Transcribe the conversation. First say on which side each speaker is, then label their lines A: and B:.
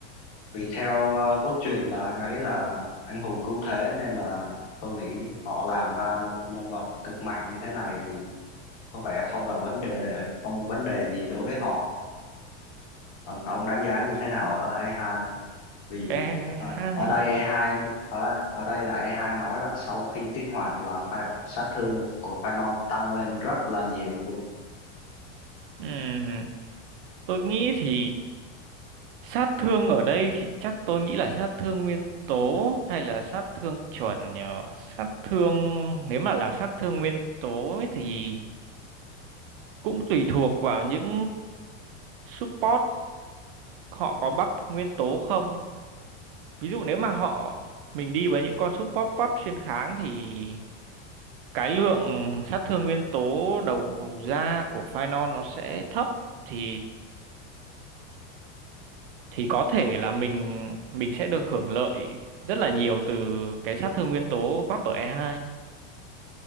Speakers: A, on the left; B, on the right.
A: vì theo ờ, cốt truyện là anh ấy là anh hùng cứu thế nên là tôi nghĩ họ làm ra một nhân vật cực mạnh như thế này thì có vẻ không là vấn đề không vấn đề gì đối với họ còn ông đánh giá như thế nào ở E2 vì
B: e
A: ở,
B: hai
A: ở đây E2 ở ở đây là E2 nói là sau khi kích hoạt là pha- sát thương của Phanon tăng lên rất là nhiều luôn
B: Ừm, tôi nghĩ thì sát thương ở đây thì chắc tôi nghĩ là sát thương nguyên tố hay là sát thương chuẩn nhờ sát thương nếu mà là sát thương nguyên tố ấy thì cũng tùy thuộc vào những support họ có buff nguyên tố không ví dụ nếu mà họ mình đi với những con support buff xuyên kháng thì cái lượng sát thương nguyên tố đầu vào ra của Phainon nó sẽ thấp thì thì có thể là mình mình sẽ được hưởng lợi rất là nhiều từ cái sát thương nguyên tố bắp ở E2.